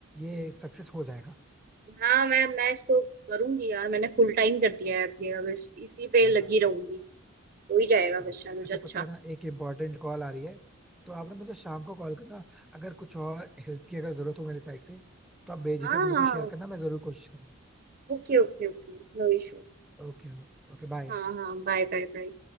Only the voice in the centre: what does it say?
ये सक्सेस हो जाएगा
हाँ
चलो
अच्छा
पता है ना एक इम्पोर्टेंट कॉल आ रही है तो आप ना मुझे शाम को कॉल करना अगर कुछ और हेल्प की अगर जरूरत हो मेरी साइड से तो आप बेझिझक
मुझे शेयर करना मैं जरूर कोशिश करूंगा
ओके Okay bye